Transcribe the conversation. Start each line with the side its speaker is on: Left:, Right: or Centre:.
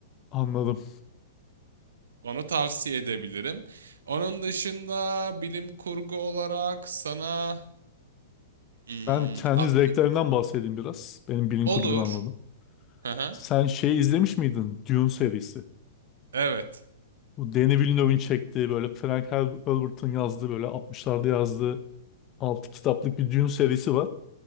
Left: Anladım.
Right: Onu tavsiye edebilirim. Onun dışında bilim kurgu olarak sana hmm,
Left: Ben kendi
Right: aklım
Left: zevklerinden bahsedeyim biraz. Benim bilim
Right: olur.
Left: kurgunu anladım.
Right: Hı hı.
Left: Sen şey izlemiş miydin? Dune serisi.
Right: Evet.
Left: Bu Denis Villeneuve'in çektiği böyle Frank Herb- Herbert'ın yazdığı böyle 60'larda yazdığı 6 kitaplık bir Dune serisi var.